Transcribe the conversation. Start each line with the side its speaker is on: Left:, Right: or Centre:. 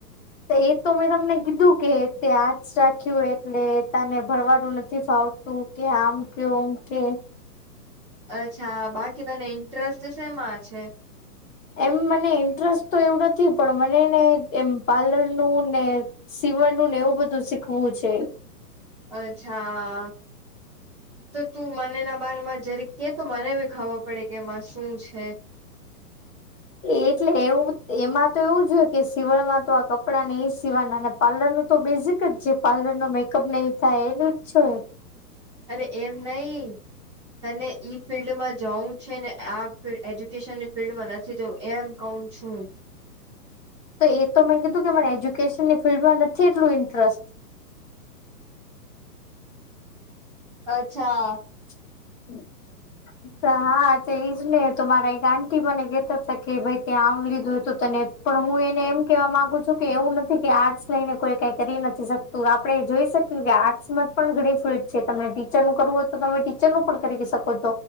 Left: એ તો મેં તમને કીધું કે તે આર્ટસ રાખ્યું એટલે તને ભણવાનું નથી ફાવતું તું કે આમ કે ઓમ કે
Right: અચ્છા બાકી તને ઇન્ટરેસ્ટ શેમાં છે.
Left: એમ મને ઇન્ટરેસ્ટ તો એવું નથી પણ મને ને એમ પાર્લરનું ને સિવણનું ને એવું બધું શીખવું છે.
Right: અચ્છા. તો તું મને એના બારમાં જરી કે તો મને બી ખબર પડે કે એમાં શું છે.
Left: એટલે એવું એમાં તો એવું જ હોય કે સિવાણ માં તો આ કપડાં ને એ સિવાના પાર્લર નું તો બેઝિક જ છે પાર્લર નો મેકઅપ ન એ થાય એનું ઈચ્છો
Right: અરે એમ નઈ અને ઈ ફિલ્ડમાં જવું છે ને આ ફિલ્ડ એજ્યુકેશનની ફિલ્ડમાં નથી જવું એમ કઉ છું.
Left: તો એ તો મેં કીધું કે મને એજ્યુકેશનની ફિલ્ડમાં નથી એટલું ઇન્ટરેસ્ટ
Right: અચ્છા
Left: <inaudible> હા તો એજ નહ તો મારા એક આંટી મને કહેતા હતા કે ભાઈ ત્યાં આમ લીધું હતું તને પણ હું એને એમ કેવા માંગુ છું કે એવું નથી કે આર્ટસ લઈને કોઈ કઈ કરી નથી શકત તો આપડણે જોઈ શકીય કે આર્ટ્સમાં જ પણ ઘણી ફિલ્ડ છે તમને ટીચરનું કરવું હોય તો તમે ટીચરનું પણ કરી શકો છો